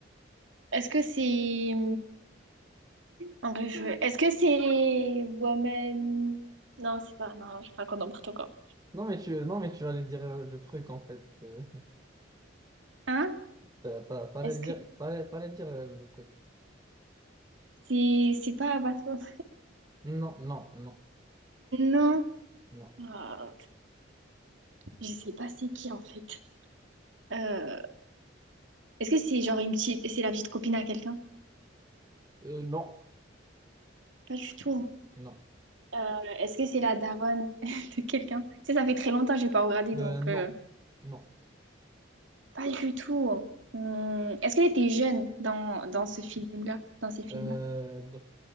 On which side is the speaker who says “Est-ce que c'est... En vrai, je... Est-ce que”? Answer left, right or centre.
Right